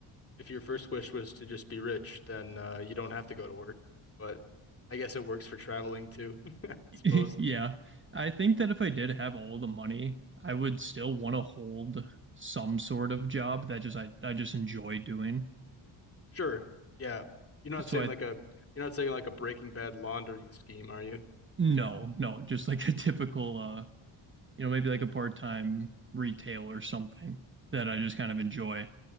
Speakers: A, on the left (about 30°); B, on the right (about 25°).
A: if your first wish was to just be rich, then uh, you don't have to go to work. But I guess it works for traveling too, <laughs> I
B: <laughs>
A: suppose.
B: Yeah. I think that if I did have all the money, I would still want to hold some sort of job that just I, I just enjoy doing.
A: Sure. Yeah. You're not
B: So
A: saying
B: I
A: like a you're not saying like a Breaking Bad laundering scheme, are you?
B: no, no, just like a typical uh, you know, maybe like a part-time retail or something that I just kind of enjoy.